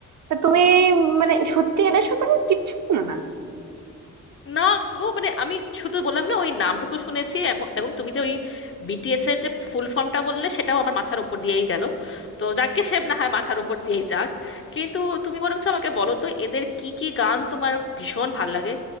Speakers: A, on the right; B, on the left.
A: তা তুমি মানে সত্যি এদের সম্পর্কে কিচ্ছু জানো না
B: না গো মানে আমি শুধু বললাম না ওই নামটুকু শুনেছি এবং এবং তুমি যে ওই বিটিএস এর যে ফুল ফর্মটা বললে সেটাও আমার মাথার উপর দিয়েই গেল তো যাকে সে না হয় মাথার উপর দিয়েই যাক কিন্তু তুমি বরঞ্চ আমাকে বলো তো এদের কি কি গান তোমার ভীষণ ভাল লাগে